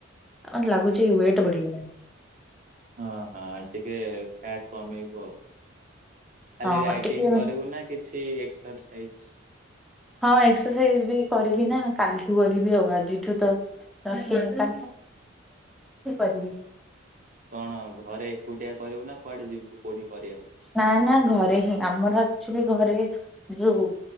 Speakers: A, in the centre; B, on the right (about 40°).
A: ମତେ ଲାଗୁଛି ୱେଟ ବଢିଗଲାଣି।
B: ଓ ହଁ ଟିକେ ଫ୍ୟାଟ କମେଇବୁ ଆଉ। ଖାଲି
A: ହଁ
B: ରାଇଟିଂ
A: ଟିକେ
B: କରିବୁ ନା କିଛି ଏକ୍ରସାଇଜ
A: ହଁ ଏକ୍ସରସାଇଜ ବି କରିବି ନା କାଲିଠୁ କରିବି ଆଉ ଆଜିଠୁ ତୋ <inaudible> କରିବି।
B: କଣ ଘରେ ଏକୁଟିଆ କରିବୁ ନା କୁଆଡେ ଯିବୁ କୋଉଠି କରିବାକୁ?
A: ନା ନା ଘରେ ହିଁ ଆମର ଆକ୍ଚୁଲି ଘରେ ଯୋଉ